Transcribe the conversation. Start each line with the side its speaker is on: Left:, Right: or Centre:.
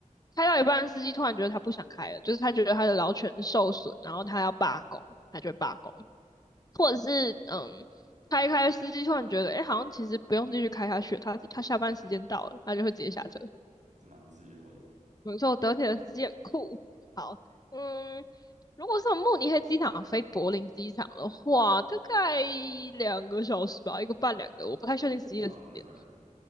Left: 开到一半，司机突然觉得他不想开了，就是他觉得他的劳权受损，然后他要罢工，他就会罢工，或者是嗯，开一开，司机突然觉得，哎、欸好像其实不用继续开下去他他下班时间到了，他就会直接下车。
Right: <laughs> 是蛮自由的，
Left: 没错，德铁的司机很酷。好，嗯，如果是从慕尼黑机场飞柏林机场的话，大概两个小时吧，一个半两个，我不太确定实际的时间。
Right: 那好像蛮快的，